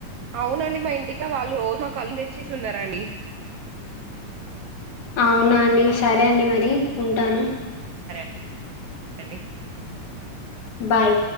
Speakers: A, on the right (about 80°); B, on the left (about 70°).
A: అవునండి మా ఇంటికాడ వాళ్ళు రోజు ఒక హలిమ్ తెచ్చేస్తున్నరండి.
B: అవునా అండి సరే అండి మరి ఉంటాను.
A: ఓకే అండి.
B: బాయ్.